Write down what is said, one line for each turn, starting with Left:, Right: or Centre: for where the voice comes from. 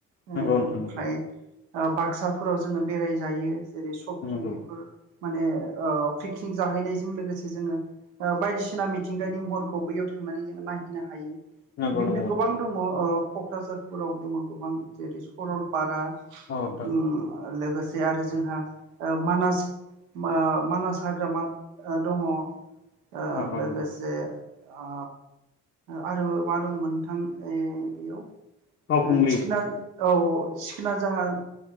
Right: ओ
Left: नंगौ नोंथां नंगौ नोंथां नंगौ नोंथां
Right: ओमफ्राय ओ बाक्साफोराव जोङो बेरायजायो। जेरै सकि
Left: नंगौ
Right: बेफोर माने ओ पिकनिक जाहैनायजों लोगोसे जोङो ओ बायदिसिना मिथिंगानि महरखौ बैयाव थांनानै जों नायहैनो हायो।
Left: नंगौ
Right: बिदिनो
Left: नंगौ नोंथां
Right: गोबां दङ ओ क'क्राझारफोरावबो दङ गोबां जेरै स'रलपारा
Left: औ नोंथां
Right: उम लोगोसे लोगोसे आरो जोंहा ओ मानास ओ मानास हाग्रामा दङ औ
Left: नंगौ
Right: लोगोसे
Left: नंगौ
Right: आ आरो मा दंमोन नोंथां ओय बेयाव
Left: फावखुंग्रि
Right: ओ चिखना औ सिखोना जाहार